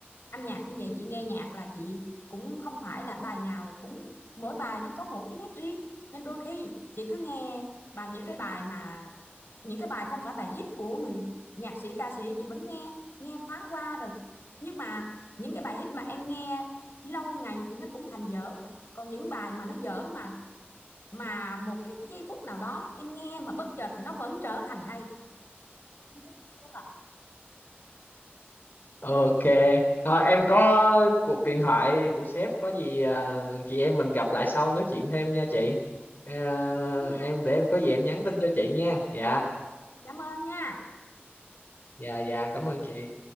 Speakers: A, on the left; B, on the left.
A: âm nhạc cũng vậy chị nghe nhạc là chị cũng không phải là bài nào cũng mỗi bài nó có mỗi cái nét riêng nên đôi khi chị cứ nghe bài những cái bài mà những cái bài không phải bài hit của người nhạc sĩ ca sĩ chị vẫn nghe nghe thoáng qua rồi nhưng mà những cái bài hit mà em nghe lâu ngày thì nó cũng thành dở à. còn những bài mà nó dở mà mà một cái giây phút nào đó em nghe mà bất chợt thì nó vẫn trở thành hay Đúng rồi.
B: Ok, thôi em có cuộc điện thoại của sếp có gì à, chị em mình gặp lại sau nói chuyện thêm nha chị. À,
A: Em nha.
B: em để em có gì em nhắn tin cho chị nha. Dạ,
A: cảm ơn nha
B: dạ dạ cảm ơn chị.